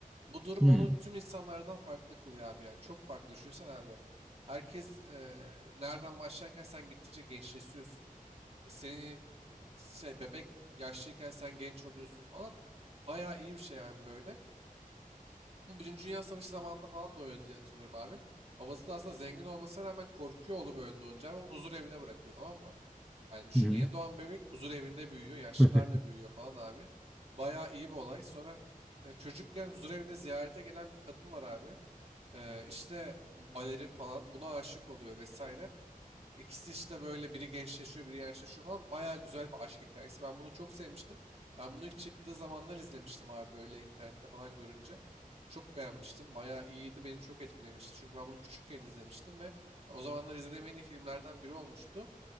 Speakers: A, on the right; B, in the centre.
A: Bu durum
B: Hmm.
A: onu tüm insanlardan farklı kılıyor abi yani. Çok farklı. Düşünsene abi. Herkes eee, nereden başlarken sen gittikçe gençleşiyorsun. Senin e, şey bebek yaşlıyken sen genç oluyorsun falan. Bayağı iyi bir şey abi böyle. Bu Birinci Dünya Savaşı zamanında falan da öyle diye hatırlıyorum abi. Babası da aslında zengin olmasına rağmen korkuyor oğlu böyle doğunca. Ama onu huzur evine bırakıyor tamam mı? Yani düşün
B: Hı hı.
A: yeni doğan bebek huzur evinde büyüyor. Yaşlılarla
B: <laughs>
A: büyüyor falan abi. Bayağı iyi bir olay. Sonra e, çocukken huzur evine ziyarete gelen bir kadın var abi. E, işte balerin falan buna aşık oluyor vesaire. İkisi işte böyle biri gençleşiyor, biri yaşlaşıyor falan. Baya güzel bir aşk hikayesi. Ben bunu çok sevmiştim. Ben bunu ilk çıktığı zamanlar izlemiştim abi böyle internette falan görünce. Çok beğenmiştim. Baya iyiydi. Beni çok etkilemişti. Çünkü ben bunu küçükken izlemiştim ve o zamanlar izlediğim en iyi filmlerden biri olmuştu.